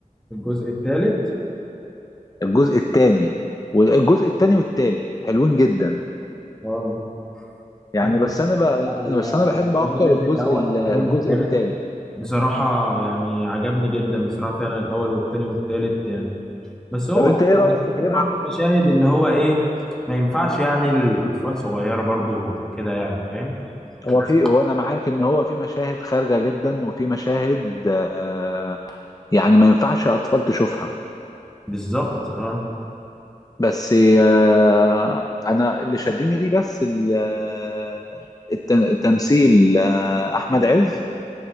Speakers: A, in the centre; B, on the left.
A: الجزء الثالث
B: الجزء الثاني والجزء الثاني والثالث حلوين جدا
A: اه
B: يعني
A: أنا اتفرجت
B: بس انا بقى
A: على ال-
B: انا بس انا بحب
A: على ولاد
B: اكتر
A: رزق
B: الجزء
A: الاول
B: ال-
A: والثاني
B: الجزء
A: والثالث
B: الثالث
A: بصراحه يعني عجبني جدا بصراحه فعلا الاول والثاني والثالث يعني بس هو
B: طب انت ايه رايك
A: يعني
B: في كريم
A: فيهم برضه
B: ع...
A: مشاهد اللي هو ايه ما ينفعش يعني الاطفال صغيره برضه كده يعني فاهم
B: هو
A: لازم
B: في هو انا معاك ان هو في مشاهد خارجه جدا وفي مشاهد آه يعني ما ينفعش اطفال تشوفها
A: بالظبط اه
B: بس آه انا اللي شدني ليه بس ال- آه، الت- التمثيل آه احمد عز